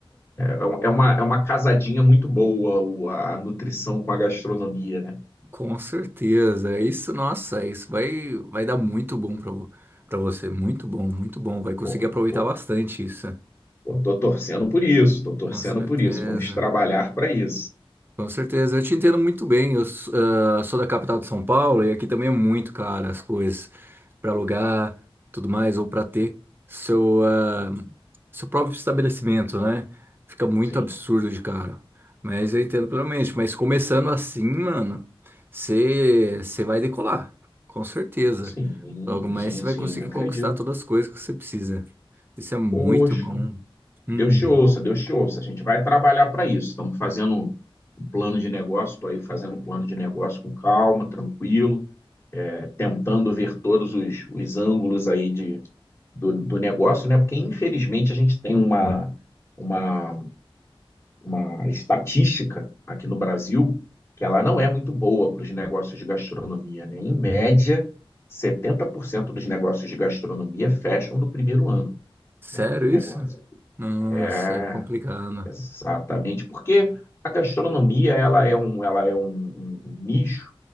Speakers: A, on the left; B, on the right.
A: é um, é uma, é uma casadinha muito boa o- a nutrição com a gastronomia, né?
B: Com certeza. é Isso, nossa, é isso vai, vai dar muito bom pra, vo- pra você. Muito bom, muito bom. Vai conseguir
A: Pô,
B: aproveitar
A: tô,
B: bastante isso.
A: pô, tô torcendo por isso, tô torcendo
B: Com certeza.
A: por isso. Vamos trabalhar para isso.
B: Com certeza, eu te entendo muito bem. Eu s- ah, sou da capital de São Paulo e aqui também é muito caro as coisas para alugar, tudo mais, ou para ter seu, ah, seu próprio estabelecimento, né? Fica muito
A: Sim,
B: absurdo de caro. Mas eu entendo plenamente. Mas começando assim, mano, você você vai decolar, com certeza.
A: sim,
B: Logo mais
A: sim,
B: você
A: sim,
B: vai conseguir
A: eu acredito.
B: conquistar todas as coisas que você precisa. Isso é muito
A: Poxa,
B: bom. Uhum.
A: Deus te ouça, Deus te ouça. A gente vai trabalhar para isso. Estamos fazendo um, um plano de negócio, estou aí fazendo um plano de negócio com calma, tranquilo, é, tentando ver todos os, os ângulos aí de, do, do negócio, né? Porque infelizmente a gente tem uma uma uma estatística aqui no Brasil que ela não é muito boa para os negócios de gastronomia, né? Em média, 70% dos negócios de gastronomia fecham no primeiro ano,
B: Sério
A: né, de negócio.
B: isso? Nossa,
A: É,
B: é complicado.
A: exatamente, porque a gastronomia ela é um, ela é um, um- um nicho,